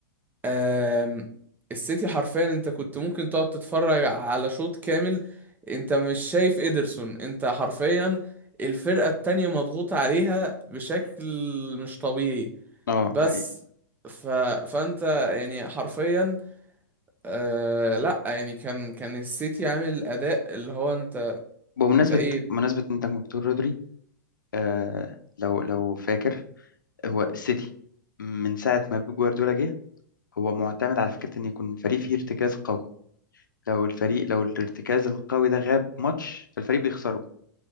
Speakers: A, on the right; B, on the left.
A: آم، السيتي حرفيا انت كنت ممكن تقعد تتفرج على شوط كامل انت مش شايف ادرسون انت حرفيا الفرقة التانية مضغوط عليها بشكل مش طبيعي
B: اه
A: بس
B: ده حقيقي
A: ف... فانت يعني حرفيا آه لا يعني كان كان السيتي عامل اداء اللي هو انت
B: بمناسبة
A: انت ايه
B: بمناسبة إن أنت كنت بتقول رودري آه، لو لو فاكر هو السيتي من ساعة ما بيب جوارديولا جه هو معتمد على فكرة إن يكون فريق فيه ارتكاز قوي لو الفريق لو الارتكاز القوي ده غاب ماتش فالفريق بيخسره